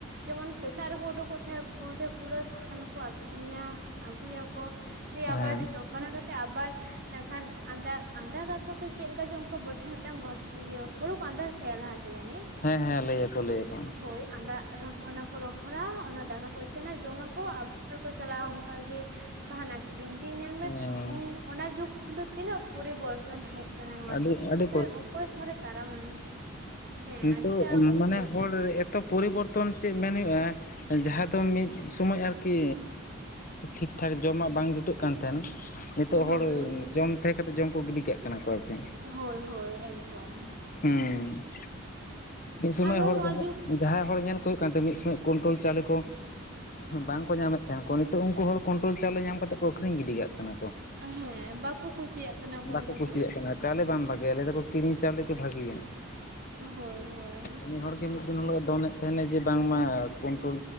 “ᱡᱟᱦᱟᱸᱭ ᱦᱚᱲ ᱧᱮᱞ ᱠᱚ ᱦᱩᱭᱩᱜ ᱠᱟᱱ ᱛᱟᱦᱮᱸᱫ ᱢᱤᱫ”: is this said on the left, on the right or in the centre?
Left